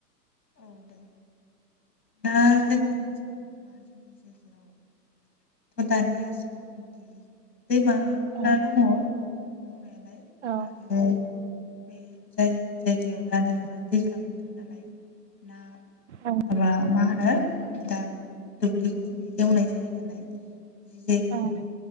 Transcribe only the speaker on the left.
औ दे दा जोंनि ओनसोलाव बा जोंनि जायगायाव थ दानिया एसेबांखि दैमाफ्रा
दङ दंनाया <unintelligible> लाय
आरो बे जाय जायगायाव दा नै दा दैज्लां बोथोर नालाय ना
माबा मा होनो दा दुब्लिखौ जोङो एवनाय जायो नालाय बि जायगायाव